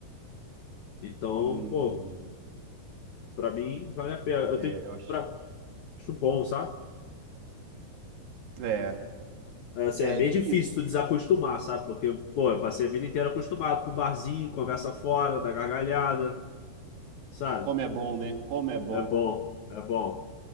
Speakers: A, on the left; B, on the right.
A: Então,
B: hum,
A: pô, pra mim, vale a pena. Eu
B: é,
A: tenho
B: eu acho.
A: pra, acho bom, sabe?
B: É,
A: É, Assim,
B: é
A: é bem
B: difícil.
A: difícil tu desacostumar, sabe? Porque, pô, eu passei a vida inteira acostumado com barzinho, conversa fora, da gargalhada, sabe?
B: Como é bom, né? Como é bom.
A: É bom, é bom.